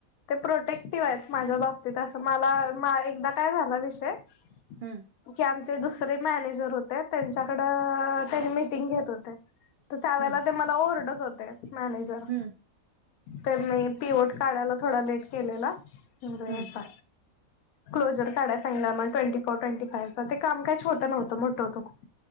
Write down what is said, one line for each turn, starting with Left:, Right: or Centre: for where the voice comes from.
Left: ते प्रोटेक्टिव्ह आहेत माझ्या बाबतीत असं मला मा एकदा काय झाला विषय <unintelligible>
Right: हम्म
Left: आम. चे दुसरे मॅनेजर होते त्यांच्याकडं, त्यांनी मीटिंग घेत होते. तर त्यावेळेला
Right: हम्म
Left: ते मला ओरडत होते, मॅनेजर.
Right: हम्म
Left: तर मी पिओट काढायला थोडा लेट केलेला म्ह <unintelligible>
Right: हम्म
Left: हेचा. क्लोजर काढायला सांगितला मग ट्वेंटी फोर, ट्वेंटी फाईव्ह चा ते काय छोटं न्हवतं मोठं होतं खूप.